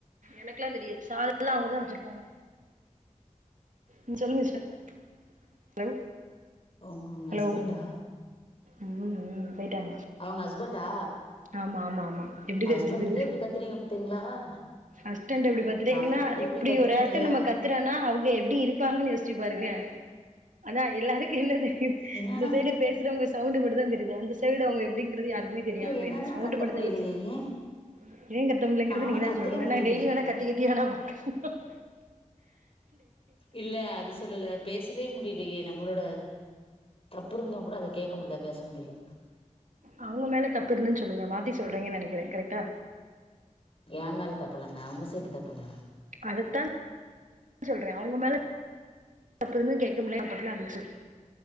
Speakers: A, on the right; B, on the left.
A: எனக்கெல்லாம் தெரியாது சாலெல்லாம் அவங்க தான் வச்சிருப்பாங்க ம் சொல்லுங்க சிஸ்டர் ஹலோ
B: அவுங்க உங்க
A: ஹலோ
B: ஹஸ்பண்டா
A: ம் ம் போயிட்டாங்க
B: அவுங்க ஹஸ்பண்டா
A: ஆமா ஆமா ஆமா எப்பிடி
B: ஹஸ்பண்டுட்டே
A: தெரிஞ்சது
B: இப்படி கத்துறீங்க பாத்தீங்களா
A: அஸ்டண்ட்டு எப்டி பத்துடேங்குன்னா
B: ஹஸ்பண்ட்கிட்டயே
A: எப்பிடி
B: இப்டி கத்துறீங்களே
A: ஒரேயாட்ட நம்ம
B: அவர்
A: க கத்துறேனா அவுங்க எப்டி இருப்பாங்கன்னு யோசிச்சு பாருங்க அதா எல்லாருக் என்னது
B: என்னன்னா
A: இந்த சைடு பேசுறவங்க சவுண்ட் மட்டு தா தெரியுது அந்த சைடு அவுங்க எப்பிடிங்கறது யாருக்குமே தெரியாது
B: இல்ல என்னாலல்லா
A: சவுண்ட்
B: கத்த
A: மட்டுதான்ல
B: முடியலையே
A: <unintelligible>
B: ஏ
A: ஏ கத்த முல்லைங்கிறது
B: நாலா
A: நீங்க தா
B: கத்தவே
A: சொல்னு ஏன்னா
B: முடியலையே
A: டெய்லி வேணா கத்தி கத்தி வேணா பாக்க
B: இல்ல அது சொல்லல்ல பேசவே முடியலையே நம்மளோட தப்புருந்தும் கூட அத கேட்க முல்ல பேச முடியல
A: அவுங்க மேல தப்பு இருத்துன் சொல்லுங்க மாத்தி சொல்றீங்கன்னு நெனைக்கிறே கரெக்டா
B: ஏ மேல தப்புலங்க அவங்க சைடு தப்புங்க
A: அதத்தா சொல்றே அவுங்க மேல <unintelligible>